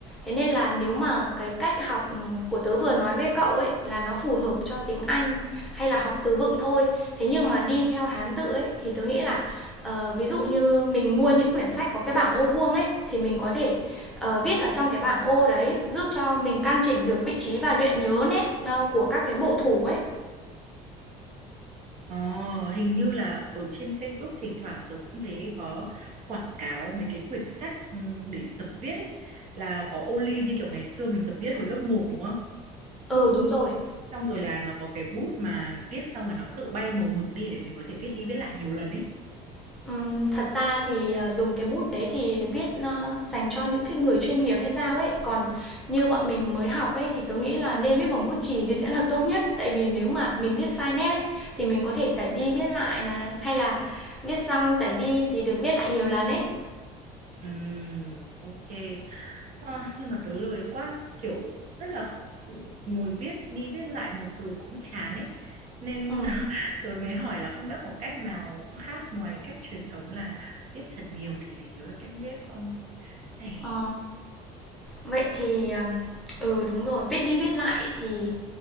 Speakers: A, in the centre; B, on the right.
A: Thế nên là nếu mà cái cách học ừm, của tớ vừa nói với cậu ấy là nó phù hợp cho tiếng Anh hay là học từ vựng thôi. Thế nhưng mà đi theo Hán tự ấy thì tớ nghĩ là ờ, ví dụ như mình mua những quyển sách có cái bảng ô vuông ấy thì mình có thể ờ, viết ở trong cái bảng ô đấy giúp cho mình căn chỉnh được vị trí và luyện nhớ nét ờ, của các cái bộ thủ ấy
B: Ờ, hình như là ở trên Facebook thỉnh thoảng tớ cũng thấy có quảng cáo mấy cái quyển sách ừ, để tập viết ấy là có ô ly như kiểu ngày xưa mình tập viết hồi lớp một đúng không?
A: ừ đúng rồi
B: Xong rồi là nó có cái bút mà viết xong rồi nó tự bay màu mực đi để mình có thể viết đi viết lại nhiều lần ấy.
A: Ừm, thật ra thì ờ, dùng cái bút đấy thì viết ờ, dành cho những cái người chuyên nghiệp hay sao ấy còn như bọn mình mới học ấy thì tôi nghĩ là nên viết bằng bút chì thì sẽ là tốt nhất tại vì nếu mà mình viết sai nét ấy thì mình có thể tẩy đi viết lại này hay là viết xong tẩy đi thì được viết lại nhiều lần ấy
B: Ừm, ok. Ờ, nhưng mà tớ lười quá kiểu rất là ngồi viết đi viết lại một từ cũng chán ấy nên
A: ừ
B: <laughs> tớ mới hỏi là không biết có cách nào khác ngoài cách truyền thống là viết thật nhiều thì để nhớ được cách viết không hay
A: ờ, vậy thì ừm, ừ đúng rồi viết đi viết lại thì